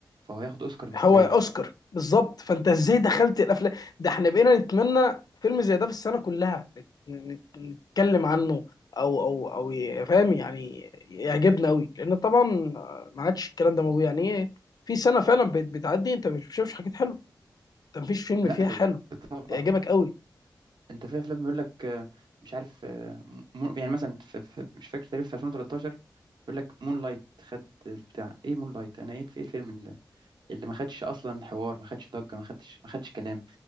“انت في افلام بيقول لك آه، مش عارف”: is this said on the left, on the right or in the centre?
Right